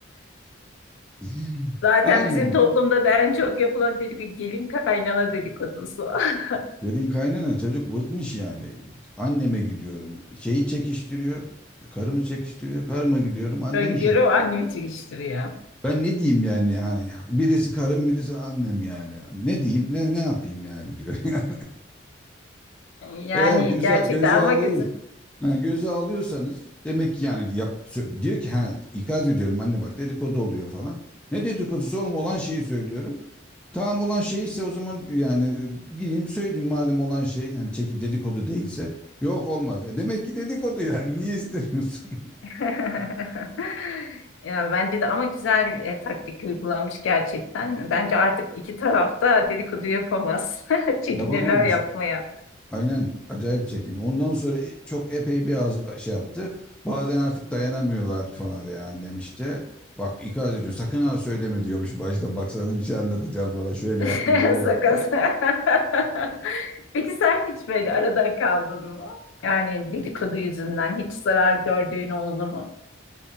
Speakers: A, in the centre; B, on the left.
A: <laughs>
B: Zaten
A: Aynen.
B: bizim toplumda da en çok yapılan dedikodu gelin kaynana dedikodusu. <laughs>
A: Gelin kaynana çocuk bıkmış yani. Anneme gidiyorum. Şeyi çekiştiriyor. Karımı çekiştiriyor. Karıma gidiyorum. Annemi
B: Böyle gidiyorum
A: şey yapıyor.
B: annemi çekiştiriyor.
A: Ben ne diyeyim yani yani. Birisi karım birisi annem yani. Ne diyeyim ne ne yapayım yani diyor. <laughs> Yani.
B: Yani
A: Eğer göze,
B: gerçekten
A: göze alıyor
B: ama güzel.
A: Ha, göze alıyorsanız demek ki yani yap, diyor ki ha ikaz ediyorum anne bak dedikodu oluyor falan. Ne dedikodusu oğlum olan şeyi söylüyorum. Tamam olan şey ise o zaman e, yani e, gideyim söyleyeyim madem olan şey yani çekip dedikodu değilse. Yok olmaz. E demek ki dedikodu yani niye istemiyorsun?
B: <laughs> Ya bence de ama güzel e, taktik uygulamış gerçekten. Bence artık iki tarafta dedikodu yapamaz. <laughs>
A: <laughs>
B: Çekinirler
A: Yapamamış.
B: yapmaya.
A: Aynen acayip çekim. Ondan sonra e- çok epey bir az şey yaptı. Bazen artık dayanamıyorlar falan veya annem işte. Bak ikaz ediyor sakın ha söyleme diyormuş başta baksana bir şey anlatacağım falan şöyle
B: <laughs>
A: yaptı böyle yaptı.
B: Sakız. <laughs> Peki sen hiç böyle arada kaldın mı? Yani dedikodu yüzünden hiç zarar gördüğün oldu mu?